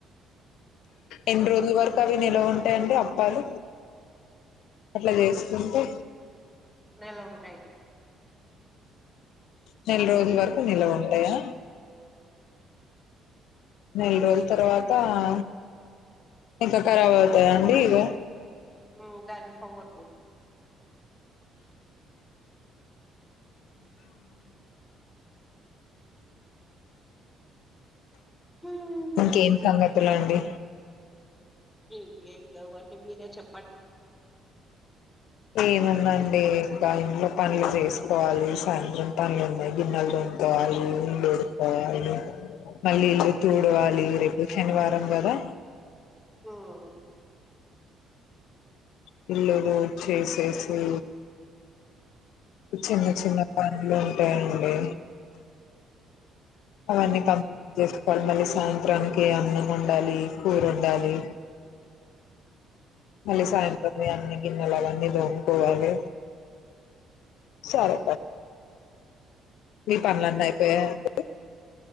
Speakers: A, on the left (about 80°); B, in the centre.
A: ఎన్ని రోజుల వరకు అవి నిల్వ ఉంటాయండి అప్పాలు అట్లా చేసుకుంటే
B: నెల ఉంటాయి
A: నెల రోజుల వరకు నిలవ ఉంటాయా నెల్ రోజ తర్వాత అ ఇంకా ఖరాబ్ అవుతాయిండి ఇగ
B: హమ్ దాన్ని <unintelligible> పోస్తారు
A: ఇంకేం సంగ లా అండి
B: ఇంకేం లేవ అండి మీరే చెప్పన్
A: ఏనుందండి ఇంకా ఇంట్లో పనులు చేసుకోవాలి సాయంత్రం పనులు ఉన్నాయి గిన్నెలు దొంగకోవాలి ఇల్లు ఉడుకోవాలి మళ్ళీ ఇల్లు తూడవాలి రేపు ఏ శనివారం కదా
B: హమ్
A: <unintelligible> చేసేసి చిన్న చిన్న అలుంటాయండి అవన్నీ క చేసుకోవాలి మళ్ళీ సాయంత్రానికి అన్నం ఉండాలి కూర ఉండాలి మళ్ళ సాయంత్రమే అన్ని గిన్నెలు అవన్నీ తోము కోవాలి సరే మీ పనులన్నీ అయిపోయా ఆ అండి